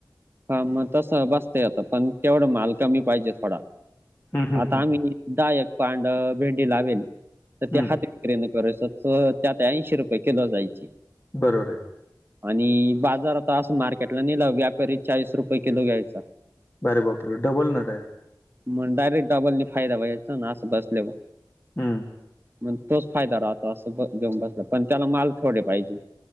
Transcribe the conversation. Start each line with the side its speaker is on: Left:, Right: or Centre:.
Right: हा मग तस बसता येतं, पण तेवढा माल कमी पाहिजे थोडा.
Left: हम्म, हम्म,
Right: आता
Left: हम्म,
Right: आम्ही दायक पांड भेंडी लावेली, तर त्या
Left: हम्म,
Right: हाती <unintelligible> त्यात ऐंशी रुपये किलो जाईल ती.
Left: बरोबर आहे.
Right: आणि बाजार आता असं मार्केटला नेला, व्यापारी चाळीस रुपये किलो घ्यायचा.
Left: अरे बापरे, डबल ना डायरेक्ट
Right: मग डायरेट डबल नी फायदा बघायचा ना अस बसलेला.
Left: हम्म.
Right: मग तोच फायदा राहतो असं घेऊन बसला, पण त्याला माल थोडे पाहिजे.